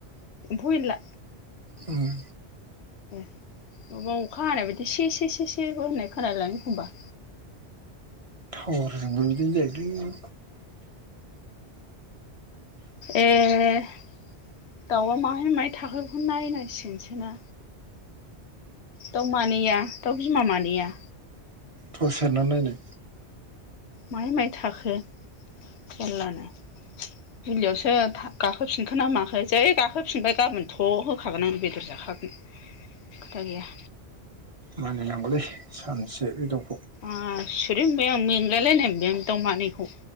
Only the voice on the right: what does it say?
ओम।
थावारजोंबो बिदिनो जायोलै।
थस सेरना नायनाय
मानिनांगौलै सानसे बे दाव